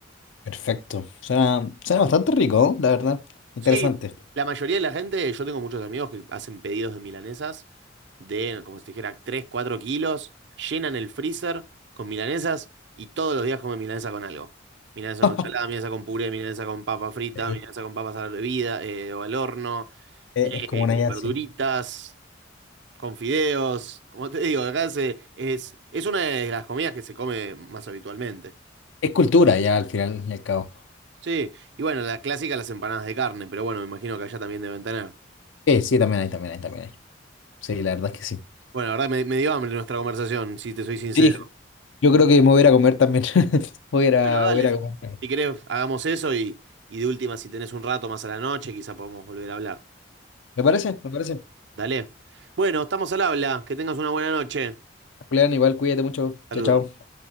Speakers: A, on the left; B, on the right.
A: Perfecto. Suena, suena bastante rico, ¿no? La verdad. Interesante.
B: Sí, la mayoría de la gente, yo tengo muchos amigos que hacen pedidos de milanesas de, como si te dijera, 3 4 kilos, llenan el freezer con milanesas y todos los días comen milanesa con algo. Milanesa
A: <laughs>
B: con ensalada, milanesa con puré, milanesa con papa frita,
A: Sí,
B: milanesa con papas a la bebida eh, o al horno,
A: Es,
B: eh,
A: es como una
B: con
A: idea
B: verduritas,
A: así.
B: con fideos. Como te digo, acá se- es, es una de las comidas que se come más habitualmente.
A: Es cultura ya al final y al cabo.
B: Sí, y bueno, la clásica, las empanadas de carne, pero bueno, me imagino que allá también deben tener.
A: Sí, sí, también hay, también hay, también hay. Sí, la verdad es que sí.
B: Bueno, la verdad me, me dio hambre nuestra conversación, si te soy sincero.
A: Sí, yo creo que me voy a ir a comer también. <laughs> Voy a ir a,
B: Bueno, dale.
A: voy a ir
B: Si
A: a comer.
B: si querés, hagamos eso y, y de última, si tenés un rato más a la noche, quizá podemos volver a hablar.
A: ¿Me parece? ¿Me parece?
B: Dale. Bueno, estamos al habla. Que tengas una buena noche.
A: Julián, igual cuídate mucho.
B: Saludos.
A: Chao, chao.